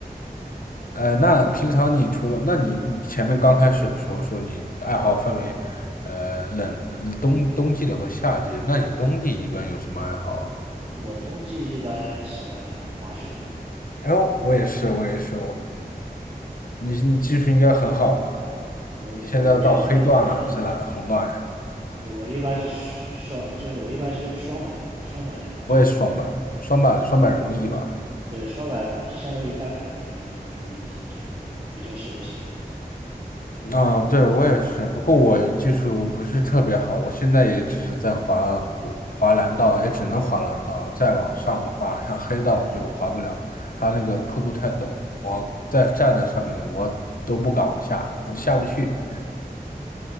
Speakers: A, on the left; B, on the right.
A: 呃，那平常你除了，那你你前面刚开始的时候说你爱好分为，呃，冷冬冬季的和夏季，那你冬季一般有什么爱好啊？
B: 我冬季一般喜欢滑雪，
A: 然后我也是，我也是，
B: 啊、
A: 你你技术应该很好吧？
B: 我我没有啊，
A: 你现在到黑段了还是哪个红段呀？
B: 其实呃我一般是双，双就是我一般是用双板双板来滑雪，
A: 我也是双板，双板双板容易吧？
B: 对对，双板相当于单板来说就比较容易一些，就是比较适合新手。
A: 啊，对，我也是，不过我技术不是特别好，我现在也只是在滑滑蓝道，也只能滑蓝道。再往上的话，像黑道我就滑不了，它那个坡度太陡，我在站在上面我都不敢往下，我都下不去。